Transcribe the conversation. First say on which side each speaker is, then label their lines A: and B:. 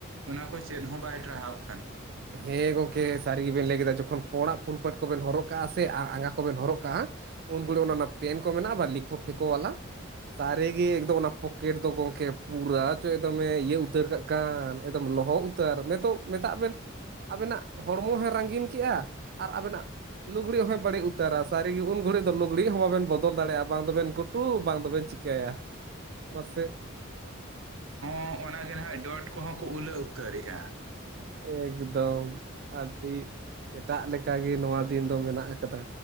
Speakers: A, on the right; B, on the right.
A: ᱚᱱᱟ ᱠᱚ ᱪᱮᱫ ᱦᱚᱸ ᱵᱟᱭ ᱴᱟᱨᱦᱟᱜ
B: ᱦᱮᱸ ᱜᱚᱝᱠᱮ ᱥᱟᱨᱤ ᱜᱮ ᱵᱮᱱ ᱞᱟᱹᱭ ᱠᱮᱫᱟ ᱡᱚᱠᱷᱚᱱ ᱯᱚᱸᱲᱟᱜ ᱯᱷᱩᱞ ᱯᱮᱱᱴ ᱠᱚᱵᱮᱱ ᱦᱚᱨᱚᱜ ᱠᱟᱜᱼᱟ ᱥᱮ ᱟᱨ ᱟᱸᱜᱟ ᱠᱚᱵᱮᱱ ᱦᱚᱨᱚᱜ ᱠᱟᱜᱼᱟ, ᱩᱱ ᱜᱷᱟᱲᱤ ᱚᱱᱟ ᱯᱮᱱ ᱠᱚ ᱢᱮᱱᱟᱜᱼᱟ, ᱵᱟ ᱞᱮᱠᱷᱳ ᱯᱷᱮᱠᱳᱣᱟᱞᱟ ᱥᱟᱨᱤ ᱜᱮ ᱮᱠᱫᱚᱢ ᱚᱱᱟ ᱯᱚᱠᱮᱴ ᱫᱚ ᱜᱚᱢᱠᱮ ᱯᱩᱨᱟᱹ ᱪᱚ ᱮᱠᱫᱚᱢᱮ ᱤᱭᱟᱹ ᱩᱛᱟᱹᱨ ᱠᱟᱜ ᱠᱟᱱ ᱮᱠᱫᱚᱢ ᱞᱚᱦᱚᱫ ᱩᱛᱟᱹᱨ ᱱᱤᱛᱚᱜ ᱢᱮᱛᱟᱜ ᱵᱮᱱ ᱟᱵᱮᱱᱟᱜ ᱦᱚᱲᱢᱚ ᱦᱚᱸ ᱨᱟᱜᱤᱱ ᱠᱮᱜᱼᱟ ᱟᱨ ᱟᱵᱮᱱᱟᱜ ᱞᱩᱜᱽᱲᱤᱡ ᱦᱚᱸᱭ ᱵᱟᱹᱲᱤᱡ ᱩᱛᱟᱹᱨᱟ ᱥᱟᱹᱨᱤ ᱜᱮ, ᱩᱱ ᱜᱷᱚᱲᱤᱡ ᱫᱚ ᱞᱩᱜᱽᱲᱤᱡ ᱦᱚᱸ ᱵᱟᱵᱮᱱ ᱵᱚᱫᱚᱞ ᱫᱟᱲᱮᱭᱟᱜᱼᱟ, ᱵᱟᱝ ᱫᱚᱵᱮᱱ ᱠᱩᱴᱩᱝ ᱵᱟᱝ ᱫᱚᱵᱮᱱ ᱪᱤᱠᱟᱹ ᱠᱮᱭᱟ ᱢᱟᱥᱮ᱾
A: ᱦᱚᱸ ᱚᱱᱟ ᱡᱟᱦᱟ ᱰᱚᱴ ᱠᱚᱦᱚᱸ ᱠᱚ ᱩᱞᱟᱹ ᱩᱛᱟᱹᱨᱮᱜ-ᱟ᱾
B: ᱮᱠᱫᱚᱢ ᱟᱹᱰᱤ ᱮᱴᱟᱜ ᱞᱮᱠᱟᱜᱮ ᱱᱚᱣᱟ ᱫᱤᱱ ᱫᱚ ᱢᱮᱱᱟᱜ ᱟᱠᱟᱫᱟ᱾